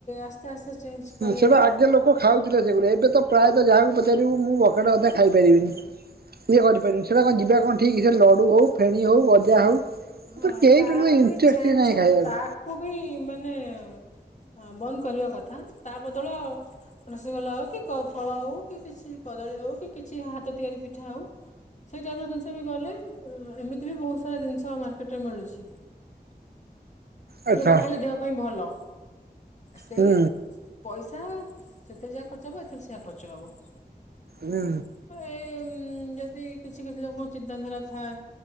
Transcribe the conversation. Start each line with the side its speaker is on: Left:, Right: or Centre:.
Left: ଆସ୍ତେ ଆସ୍ତେ ଚେଞ୍ଜ
Right: ହୁଁ
Left: କରିବା
Right: ସେଇଟା
Left: କଥା।
Right: ଆଗେ ଲୋକ ଖାଉଥିଲେ ସେଗୁଡା ଏବେ ତ ପ୍ରାୟତଃ ଯାହାକୁ ପଚାରିବୁ ମୁଁ ବକେଟେ ଅଧେ ଖାଇପାରିବିନି ଇଏ କରିପାରିବିନି ସେଇଟା କଣ ଯିବା କଣ ଠିକ୍ ସେ ଲଡ଼ୁ ହଉ ଫେଣି ହଉ ଗଜା ହଉ
Left: ହଁ
Right: ତ କେହି
Left: ତାର
Right: ଟୋଟାଲି ଇଣ୍ଟରେଷ୍ଟ
Left: ବି ଚେଞ୍ଜ
Right: ନାହିଁ ଖାଇବାକୁ
Left: ତାକୁ ବି ମାନେ ହଁ ବନ୍ଦ କରିବା କଥା ତା ବଦଳ ରସଗୋଲା ହଉ କି ଫଳ ହଉ କି କିଛି କଦଳୀ ହଉ କି କିଛି ହାତ ତିଆରି ପିଠା ହଉ ସେଇ ଟାଇପ ର ଜିନିଷ ବି ଗଲେ ହେମିତି ବହୁତ ସାରା ଜିନିଷ ମାର୍କେଟ ରେ ମିଳୁଛି।
Right: ଆଚ୍ଛା
Left: ଯୋଉଟା ଖାଇଲେ ଦେହ ପାଇଁ ଭଲ। ସେଇ
Right: ହୁଁ
Left: ପଇସା ସେତେରେ ଯାହା ଖର୍ଚ୍ଚ ଖର୍ଚ୍ଚ ହବ ଏଥିରୁ ସେୟା ଖର୍ଚ୍ଚ ହବ
Right: ହୁଁ
Left: ଏ ଯଦି କିଛି କିଛି ଲୋକ ଚିନ୍ତାଧାରା ଥାଏ।